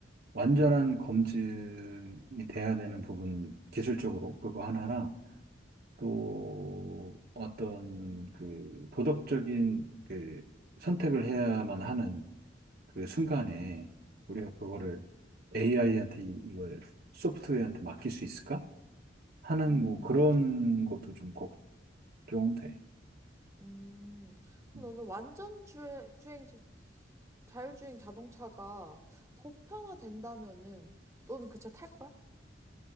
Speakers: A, on the right; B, on the right.
A: 완전한 검증이 돼야 되는 부분 기술적으로 그거 하나랑 또 어떤 그 도덕적인 그 선택을 해야만 하는 그 순간에 우리가 그거를 AI한테 이걸 소프트웨어한테 맡길 수 있을까? 하는
B: 음,
A: 뭐 그런
B: 맞아.
A: 것도 좀 걱정돼.
B: 음, 그럼
A: 음.
B: 너는 완전 주행, 주행, 자- 자율주행 자동차가 보편화된다면은 너는 그 차 탈 거야?